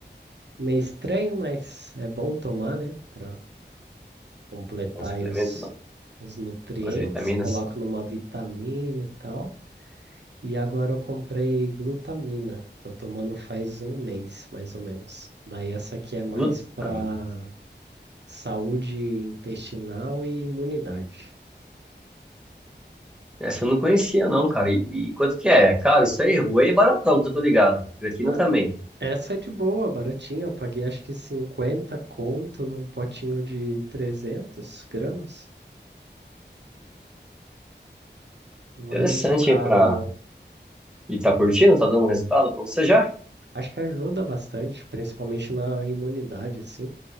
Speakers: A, on the right; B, in the centre.
A: meio estranho, mas é bom tomar, né? Para completar
B: Não suplemento,
A: aí os,
B: não.
A: os nutrientes.
B: As vitaminas.
A: Coloco numa vitamina e tal. E agora eu comprei glutamina. Tô tomando faz um mês, mais ou menos. Daí essa aqui é mais
B: Glutamina.
A: pra saúde intestinal e imunidade.
B: Essa eu não conhecia, não, cara. E, e quanto que é? Cara, isso aí, whey é baratão, que eu tô ligado. Creatina
A: Não,
B: também.
A: essa é de boa, baratinha. Eu paguei acho que 50 conto num potinho de 300 gramas. Não
B: Interessante,
A: é muito caro,
B: hein, pra...
A: não.
B: E tá curtindo? Tá dando resultado pra você já?
A: Acho que ajuda bastante, principalmente na imunidade, assim,